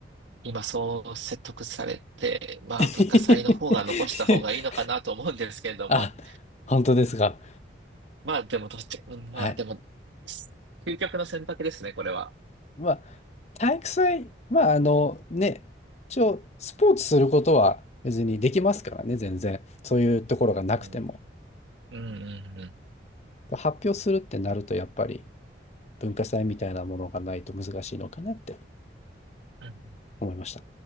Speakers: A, on the right; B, on the left.
A: 今そう説得されて、まあ文化祭の方が残した方がいいのかなと思うんですけれども、
B: <laughs> あ、本当ですか。
A: まあでもどっち、うんまあでも、
B: はい。
A: 究極の選択ですね、これは。
B: まあ、体育祭、まあ、あのね、一応、スポーツすることは別にできますからね、全然。そういうところがなくても。
A: うん、うん、うん、うん。
B: 発表するってなると、やっぱり文化祭みたいなものがないと難しいのかなって
A: うん
B: 思いました。